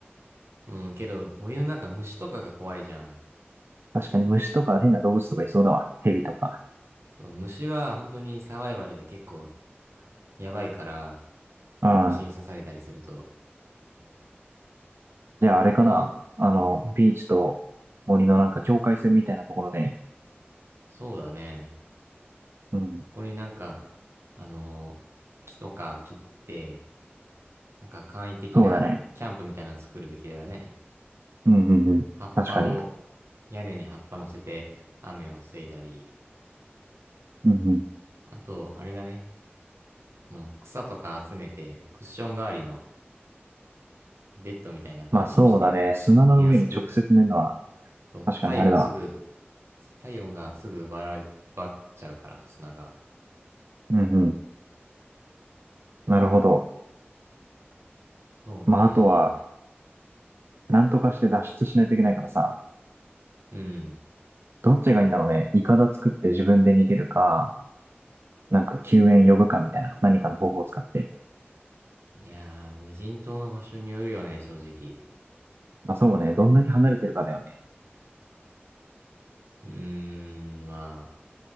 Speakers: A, on the right (about 85°); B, on the right (about 65°).
A: うん、けど森の中虫とかが怖いじゃん。
B: 確かに虫とか変な動物とかいそうだわ。蛇とか。
A: そう、虫は本当にサバイバルで結構やばいから、
B: うん。
A: 虫に刺されたりすると。
B: じゃああれかな。
A: まあ、
B: あの、ビーチと森のなんか境界線みたいなところで。
A: そうだね。
B: うん。
A: そこになんか、あの木とか切って、なんか簡易的なキャンプみたいなの作るべきだよね。
B: そうだね。うんうんうん。
A: 葉っぱを、
B: 確かに。
A: 屋根に葉っぱ乗せて雨を防いだり。
B: うんうん。
A: あと、あれだね。あの、草とか集めて、クッション代わりのベッドみたいな感じにして、
B: まあそうだね。砂の上に直接寝るのは
A: 寝やすく、そう、
B: 確かにあれだわ。
A: 体温すぐ、体温がすぐ奪われ、奪っちゃうから、砂が。
B: うんうん。なるほど。
A: そうね。
B: まああとは、なんとかして脱出しないといけないからさ。
A: うん。
B: どっちがいいんだろうね。イカダ作って自分で逃げるか、なんか救援呼ぶかみたいな、何かの方法を使って。
A: いやー、無人島の場所によるよね、正直。
B: まあそうね、どんだけ離れてるかだよね。
A: うーん、まあ、